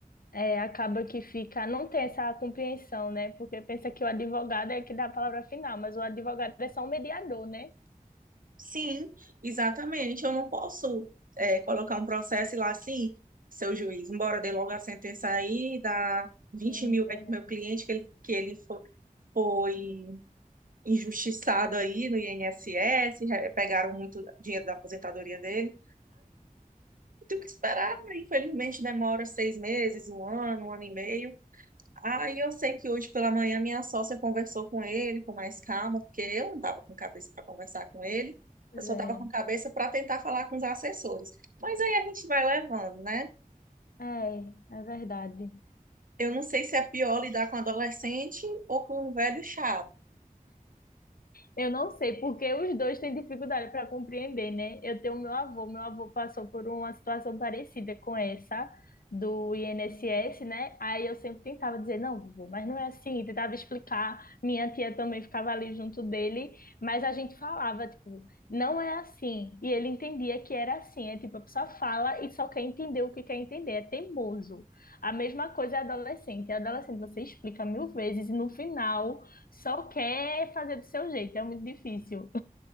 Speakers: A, on the left; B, on the right.
A: É, acaba que fica, não tem essa compreensão, né? Porque pensa que o advogado é que dá a palavra final, mas o advogado é só um mediador, né?
B: Sim, exatamente. Eu não posso é, colocar um processo e lá assim, seu juiz, embora dê logo a sentença aí, dá vinte
A: Sim,
B: mil
A: verdade.
B: aí pro meu cliente que ele, que ele fo- foi. injustiçado aí no INSS, re- pegaram muito dinheiro da aposentadoria dele. Eu tenho que esperar, infelizmente demora seis meses, um ano, um ano e meio. Aí eu sei que hoje pela manhã minha sócia conversou com ele com mais calma, porque eu não estava com cabeça para conversar com ele,
A: Pois
B: eu só
A: é.
B: estava com cabeça para tentar falar com os assessores. Mas aí a gente vai levando, né?
A: É, é verdade.
B: Eu não sei se é pior lidar com adolescente ou com um velho chato.
A: Eu não sei, porque os dois têm dificuldade para compreender, né? Eu tenho meu avô, meu avô passou por uma situação parecida com essa do INSS, né? Aí eu sempre tentava dizer, não, vovô, mas não é assim, tentava explicar. Minha tia também ficava ali junto dele, mas a gente falava, tipo, não é assim. E ele entendia que era assim, é tipo, a pessoa fala e só quer entender o que quer entender, é teimoso. A mesma coisa é adolescente. Adolescente, você explica mil vezes e no final só quer fazer do seu jeito, é muito difícil.